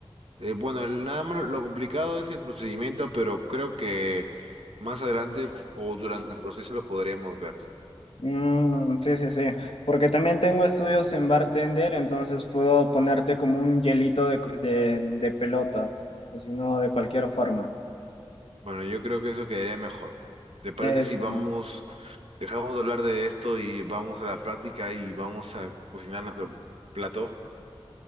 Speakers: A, on the right (about 85°); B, on the left (about 75°).
A: Eh, bueno, el- nada más lo complicado es el procedimiento, pero creo que más adelante o durante el proceso lo podríamos ver.
B: Mm, sí, sí, sí. Porque también tengo estudios en bartender, entonces puedo ponerte como un hielito de, de, de pelota, o si no, de cualquier forma.
A: Bueno, yo creo que eso quedaría mejor. ¿Te parece
B: Sí,
A: si
B: sí,
A: vamos,
B: sí.
A: dejamos de hablar de esto y vamos a la práctica y vamos a cocinar nuestro plato?